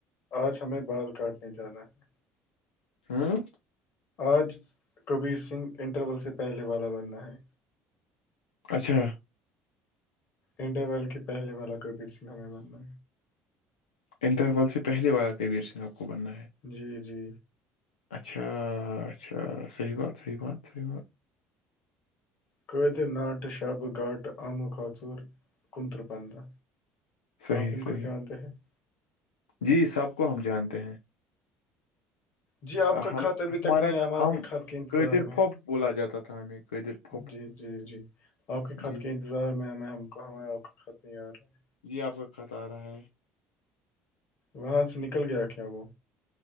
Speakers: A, on the left (about 50°); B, on the left (about 75°).
A: آج ہمیں بال کاٹنے جانا ہے
B: ہوں
A: آج کبیر سنگھ انٹرول سے پہلے والا بننا ہے
B: اچھا
A: انٹر ورلڈ کے پہے والا کبیر سنگا ہمیں بننا
B: انٹرول سے پہلے والا کبیر سنگھ آپ کو بننا ہے
A: جی جی
B: اچھا اچھا صحیح بات صحیح بات صحیح بات
A: قیدر ناٹہ شاب گھاٹہ آمہ کاچور کنترہ پندہ
B: صحیح
A: آپ ان
B: صحیح
A: کو جانتے ہیں <unintelligible>
B: جی سب کو ہم جانتے ہیں
A: جی آپ کا
B: ہم
A: کھات ابھی
B: ہمارا
A: تک نہیں آ آپ
B: ہم
A: کے کھاد کے انتظار
B: قیدر
A: میں
B: پھوپ بولا جاتا تھا ہمیں قیدر پھوپ
A: جی جی جی آپ کے خھط
B: جی
A: کے انتظار میں ہمیں ہم کو ہمیں آپ کے خط نہیں آ رہا ہے
B: جی آپ کا خات آ رہا ہے <unintelligible>
A: وہاں سے نکل گیا کیا وہ